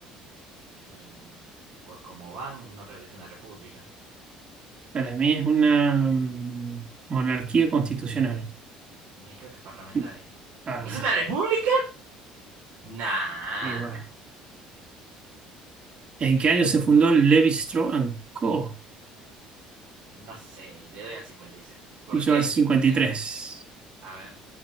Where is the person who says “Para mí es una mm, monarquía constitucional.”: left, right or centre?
Right